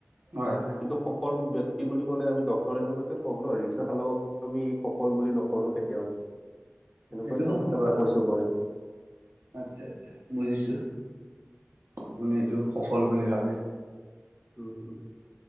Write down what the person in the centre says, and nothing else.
কিন্তু সফল ব্যক্তি বুলি ক'লে আমি ডক্তৰ এজনকে কওঁ ন ৰিক্সা চালকক আমি সফল বুলি নকলো কেতিয়াও এনেকুৱা
ধৰণৰ
কথা
কৈছো মই।
উম হুম।